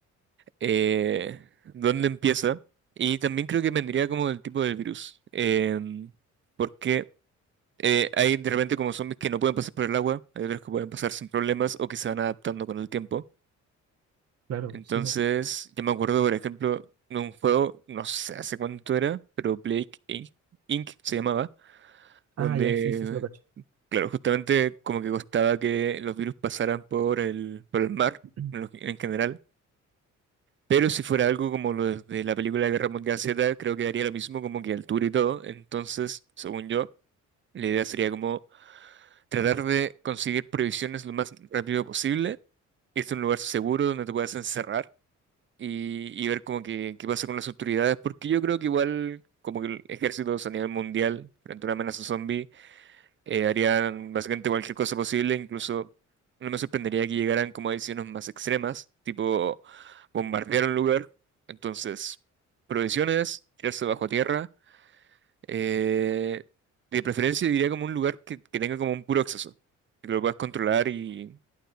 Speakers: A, on the right; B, on the right.
A: eh, dónde empieza. Y también creo que vendría como del tipo del virus, em, porque eh, hay de repente como zombies que no pueden pasar por el agua, hay otros que pueden pasar sin problemas o que se van adaptando con el tiempo.
B: claro,
A: Entonces,
B: sí.
A: yo me acuerdo, por ejemplo, de un juego, no sé hace cuánto era, pero Blake Inc. Inc. se llamaba,
B: Ah,
A: donde,
B: ya, sí, sí, sí, lo cacho.
A: claro, justamente como que costaba que los virus pasaran por el, por el mar
B: <clears throat>
A: en lo- en general. Pero si fuera algo como lo de la película Guerra Mundial Z, creo que daría lo mismo, como que altura y todo. Entonces, según yo, la idea sería como tratar de conseguir provisiones lo más rápido posible, irte a un lugar seguro donde te puedas encerrar y, y ver como que qué pasa con las autoridades, porque yo creo que igual como que el ejército a nivel mundial, frente a una amenaza zombie, eh, harían básicamente cualquier cosa posible, incluso no me sorprendería que llegaran como a decisiones más extremas, tipo bombardear un lugar, entonces provisiones, tirarse bajo tierra, eh, de preferencia diría como un lugar que, que tenga como un puro acceso, que lo puedas controlar y,